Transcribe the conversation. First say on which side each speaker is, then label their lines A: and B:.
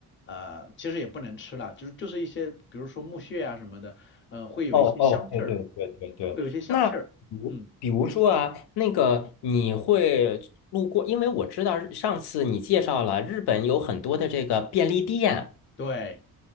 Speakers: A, on the left; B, on the left.
A: 呃，其实也不能吃了，就是就是一些，比如说木屑啊什么的，呃，会有一些香气儿，
B: 哦哦，对对对对对。
A: 会有一些香气儿。
B: 那比如比如说啊，
A: 嗯，
B: 那个你会路过，因为我知道上次你介绍了日本有很多的这个便利店。
A: 对，